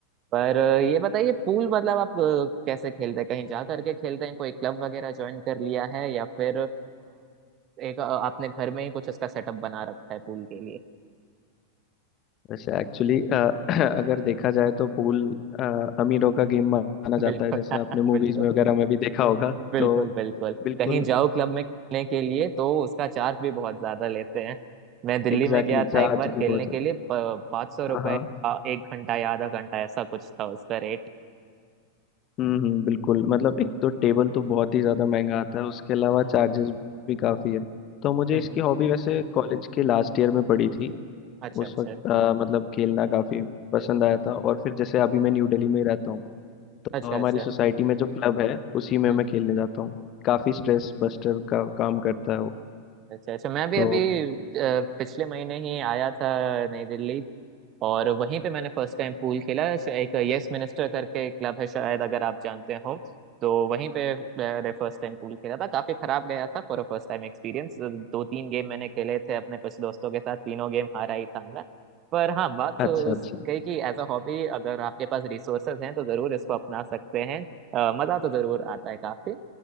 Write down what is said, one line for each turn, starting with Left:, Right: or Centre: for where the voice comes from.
Right: पर अ, ये बताइए पूल मतलब आप अ, कैसे खेलते हैं कहीं जा करके खेलते हैं कोई क्लब वगैरह ज्वाइन कर लिया है या फिर अ, एक अ, आपने घर में ही कुछ उसका सेटअप बना रखा है पूल के लिए
Left: वैसे एक्चुअली <clears throat> अगर देखा जाए तो पूल अमीरों का गेम माना
Right: <laughs> बिल्कुल
Left: जाता है जैसे
Right: <laughs>
Left: आपने मूवीज
Right: बिल्कुल
Left: में वगैरह में भी देखा होगा
Right: बिल्कुल
Left: तो
Right: बिल्कुल
Left: बिल्कुल
Right: कहीं जाओ क्लब में खेलने के लिए तो उसका चार्ज भी बहुत ज्यादा लेते हैं मैं दिल्ली
Left: एग्जैक्टली
Right: में गया
Left: exactly,
Right: था एक
Left: जहाज
Right: बार खेलने
Left: भी बहुत
Right: के
Left: है
Right: लिए पाँच सौ रुपए
Left: हाँ हाँ
Right: का एक घंटा या आधा घंटा ऐसा कुछ था उसका रेट
Left: हम्म हम्म, बिल्कुल मतलब एक तो टेबल तो बहुत ही ज़्यादा महंगा आता है उसके अलावा चार्जेस भी काफ़ी है तो मुझे
Right: हम्म
Left: इसकी
Right: हम्म,
Left: हॉबी
Right: हम्म।
Left: वैसे कॉलेज के लास्ट ईयर में पड़ी थी
Right: अच्छा
Left: उस
Right: अच्छा
Left: वक्त अ, मतलब खेलना काफ़ी पसंद आया था और फिर जैसे अभी मैं न्यू दिल्ली में रहता हूँ तो
Right: अच्छा
Left: हमारी
Right: अच्छा
Left: सोसाइटी में जो क्लब है उसी में
Right: हम्म,
Left: मैं खेलने जाता हूँ काफ़ी स्ट्रेस बस्टर का काम करता है वो
Right: अच्छा अच्छा मैं भी
Left: तो
Right: अभी अ, पिछले महीने ही आया था नई दिल्ली और वहीं पे मैंने फर्स्ट टाइम पूल खेला श- एक यस मिनिस्टर करके एक क्लब है शायद अगर आप जानते हो तो वहीं पे मैंने फर्स्ट टाइम पूल खेला था काफी खराब गया था for first time experience दो तीन game मैंने खेले थे अपने कुछ दोस्तों के साथ तीनों गेम हारा ही था मैं पर हाँ बात
Left: अच्छा
Right: तो उस
Left: अच्छा
Right: कही कि एज अ हॉबी अगर आपके पास रिसोर्सेज हैं तो जरूर इसको अपना सकते हैं अ, मजा तो जरूर आता है काफी